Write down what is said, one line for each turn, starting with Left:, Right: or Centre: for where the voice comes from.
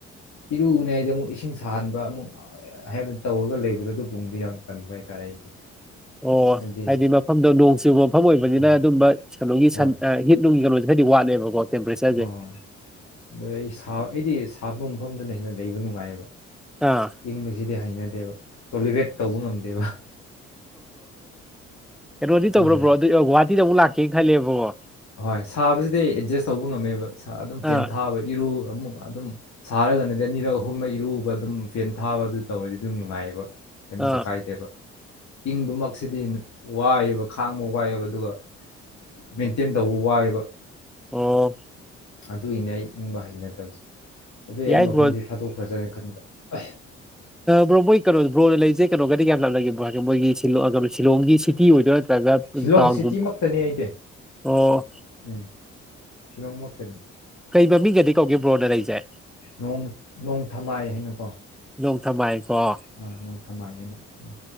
Left: ꯏꯔꯨꯒꯅꯦ ꯍꯥꯏꯗꯤ ꯑꯃꯨꯛ ꯏꯁꯤꯡ ꯁꯥꯍꯟꯕ ꯑꯃꯨꯛ ꯍꯥꯏꯕꯅꯦ ꯇꯧꯔꯒ ꯂꯩꯕꯗ ꯑꯗꯨ ꯄꯨꯝꯕꯗꯤ ꯌꯥꯝ ꯇꯟꯕ ꯍꯥꯏꯇꯥꯔꯦ ꯑꯩꯗꯤ
Centre: ꯑꯣ
Left: ꯍꯥꯏꯕꯗꯤ
Centre: ꯍꯥꯏꯗꯤ ꯃꯐꯝꯗꯣ ꯅꯣꯡ ꯆꯨꯕ ꯃꯐꯝ ꯑꯣꯏꯕꯅꯤꯅ
Left: ꯍꯣꯏ
Centre: ꯑꯗꯨꯝꯕ ꯀꯩꯅꯣꯒꯤ
Left: ꯍꯣꯏ
Centre: ꯁꯟ ꯑ ꯃꯤꯠ ꯅꯨꯡꯒꯤ ꯀꯅꯣꯖꯤ ꯈꯔꯗꯤ ꯋꯥꯠꯂꯦꯕꯀꯣ ꯇꯦꯝꯄꯔꯦꯆꯔꯁꯦ
Left: ꯍꯣꯏ ꯑꯗꯨ ꯑꯩ ꯁꯥꯕ ꯑꯩꯗꯤ ꯁꯥꯕꯅꯨꯡ ꯃꯐꯝꯗꯅ ꯍꯦꯟꯅ ꯂꯩꯕ ꯅꯨꯡꯉꯥꯏꯑꯕ
Centre: ꯑꯥ
Left: ꯏꯪꯕꯖꯤꯗꯤ ꯍꯩꯅꯗꯦꯕ ꯇꯣꯂꯔꯦꯠ ꯇꯧꯕ ꯉꯝꯗꯦꯕ
Centre: ꯀꯩꯅꯣꯗꯤ
Left: ꯑꯗꯨꯏꯅꯤꯗ
Centre: ꯇꯧꯕ꯭ꯔꯣ ꯕ꯭ꯔꯣ ꯑꯗꯨ ꯑ ꯒꯨꯍꯥꯇꯤꯗ ꯑꯃꯨꯛ ꯂꯥꯛꯀꯦ ꯈꯜꯂꯦꯕꯀꯣ
Left: ꯍꯣꯏ ꯁꯥꯕꯁꯤꯗꯤ ꯑꯦꯗꯖ‌꯭ꯁ ꯇꯧꯕ ꯉꯝꯃꯦꯕ ꯁꯥ ꯑꯗꯨꯝ ꯐꯦꯟ
Centre: ꯑꯥ
Left: ꯊꯥꯕ ꯏꯔꯨ ꯑꯃꯨꯛ ꯑꯗꯨꯝ ꯁꯥꯔꯒꯅꯗꯤ ꯑꯅꯤꯔꯛ ꯑꯍꯨꯝꯃꯛ ꯏꯔꯨꯕ ꯑꯗꯨꯝ ꯐꯦꯟ ꯊꯥꯕ ꯑꯗꯨ ꯇꯧꯔꯗꯤ ꯑꯗꯨꯝ ꯅꯨꯡꯉꯥꯏꯌꯦꯕ ꯀꯩꯝꯇ
Centre: ꯑꯥ
Left: ꯀꯥꯏꯗꯦꯕ ꯏꯪꯕ ꯃꯛꯁꯤꯗꯤ ꯋꯥꯏꯑ‌ꯦꯕ ꯈꯥꯡꯕ ꯋꯥꯏꯑꯦꯕ ꯑꯗꯨꯒ ꯃꯦꯟꯇꯦꯟ ꯇꯧꯕ ꯋꯥꯏꯑꯦꯕ
Centre: ꯑꯣ
Left: ꯑꯗꯨꯒꯤꯅꯦ ꯑꯩ ꯏꯪꯕ ꯍꯩꯅꯗꯕꯁꯦ ꯑꯗꯨꯏ ꯑꯩ
Centre: ꯌꯥꯏ
Left: ꯃꯐꯝꯁꯦ
Centre: ꯕ꯭ꯔꯣ
Left: ꯊꯥꯗꯣꯛꯈ꯭ꯔ ꯁ‌ꯦꯔꯅ ꯈꯟꯕ
Centre: ꯕ꯭ꯔꯣ ꯃꯣꯏ ꯀꯩꯅꯣ ꯕ꯭ꯔꯣꯅ ꯂꯩꯖꯦ ꯀꯩꯅꯣꯒꯗꯤ ꯀꯌꯥꯝ ꯂꯞꯅꯒꯦꯕ꯭ꯔꯣ ꯍꯥꯏꯗꯤ ꯃꯣꯏꯒꯤ ꯁꯤ ꯁꯤꯂꯣꯡꯒꯤ ꯁꯤꯇꯤ ꯑꯣꯏꯗꯣꯏꯔ ꯅꯠꯇ꯭ꯔꯒ
Left: ꯁꯤꯂꯣꯡ
Centre: ꯇꯥꯎꯟꯒꯨꯝ
Left: ꯁꯤꯇꯤꯃꯛꯇꯅꯦ ꯑꯩꯗꯤ
Centre: ꯑꯣ
Left: ꯎꯝ ꯁꯤꯂꯣꯡꯃꯛꯇꯅꯤ
Centre: ꯀꯩ ꯃꯃꯤꯡꯒꯗꯤ ꯀꯧꯒꯦ ꯕ꯭ꯔꯣꯅ ꯂꯩꯖꯦ
Left: ꯅꯣꯡ ꯅꯣꯡꯊꯃꯥꯏ ꯍꯥꯏꯅꯀꯣ
Centre: ꯅꯣꯡ ꯊꯃꯥꯏꯀꯣ
Left: ꯍꯣꯏ ꯅꯣꯡ ꯊꯃꯥꯏ ꯍꯥꯏꯅ ꯎꯝ